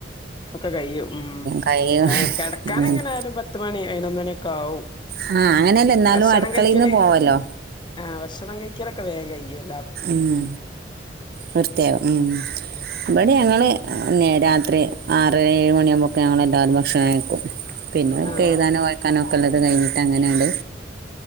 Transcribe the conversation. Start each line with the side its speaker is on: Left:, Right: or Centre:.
Left: ഒക്കെ കയ്യും ഉം
Right: കഴിയും
Left: ഏ കെടക്കാനെങ്ങനായാലും
Right: അങ്ങനെ.
Left: പത്ത് മണി പയിനൊന്നണിയൊക്കാവും
Right: ആ അങ്ങനെയല്ല എന്നാലും
Left: ഭക്ഷണം
Right: അടുക്കളയിൽ
Left: കയിക്കല്
Right: നിന്ന് പോവല്ലോ
Left: ആഹ് ഭക്ഷണം കയിക്കലൊക്കെ വേം കയ്യും
Right: മ്മ് വൃത്തിയാവ് മ്മ് ഇവടി ഞങ്ങള് ന്നെ രാത്രി ആറര ഏഴ് മണിയാവുമ്പക്ക് ഞങ്ങളെല്ലാരും ഭക്ഷണം കയിക്കും പിന്നെ ഇൻട്ട്
Left: ആഹ്
Right: എഴുതാനോ വായിക്കാനോ ഒക്കെള്ളത് കയിഞ്ഞിട്ടങ്ങനട്